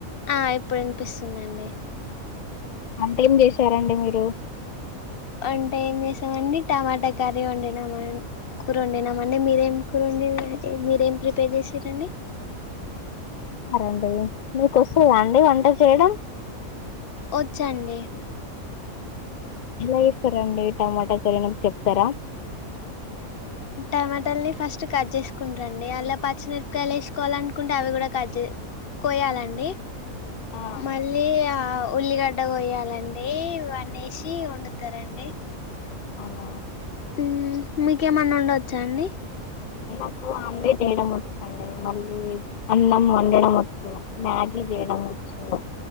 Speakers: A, on the left (about 50°); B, on the left (about 70°).
A: ఆ ఇప్పుడు వినిపిస్తుందండి
B: వంటేం చేసారండి మీరు
A: అంటే ఏం చేసామండి, టమాటా కర్రీ వండినాం, కూర వండినామండి. మీరేం కూర వండి మీరేం ప్రిపేర్ చేసిరండి.
B: చారండి మీకు వస్తదా అండి వంట చేయడం....
A: ఒచ్చండి...
B: ఎల చేస్తరండీ టమాటా కర్రీ నాక్ చెప్తరా
A: టమాటల్ని ఫస్ట్ కట్ చేసుకుంటరండి, ఆల్ల పచ్చిమిరపకాయలు వేసుకోవాల అనుకుంటే, అవి కూడా కట్ చెస్.. కోయాలండి,
B: ఆ
A: మళ్ళీ.. ఉల్లిగడ్డ కొయాలండి, ఇవన్నసి వండుతారండి.
B: ఆ
A: ఊమ్. మీకేమన్నా ఒండొచ్చా అండి..
B: నాకు ఆమ్లెట్ వేయడం వచ్చు అండి, మళ్ళీ..... అన్నం ఒండడం వచ్చు, మ్యాగీ చేయడం వచ్చు...